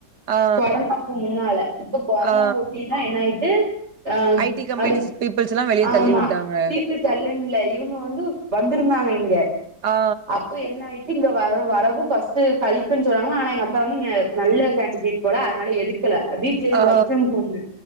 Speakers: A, on the right; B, on the right.
A: ஆ
B: கொரோனாக்கு முன்னால இப்ப கொரோனா
A: ஆ
B: ஒட்டிதா என்னாயிட்டு ஆ
A: ஐ டி கம்பெனிஸ்
B: அதுக்
A: பீப்புள்ஸ் எல்லா வெளிய
B: ஆமா
A: தள்ளி விட்டாங்க
B: பீப்பிள் தல்லுனுல்ல இவுங்க வந்து வந்திருந்தாங்க இங்க
A: ஆ
B: அப்போ என்னாயிட்டு இங்க வர வரவு ஃபர்ஸ்ட் களிப்புனு சொன்னாங்க ஆனா எங்க அத் தான் வந் நீங்க நல்ல கேண்டிடேட் போல அதனால எடுக்கல வீட்லேந்து
A: ஆ
B: ஒர்க்ஃப்ரம் ஹோம்மு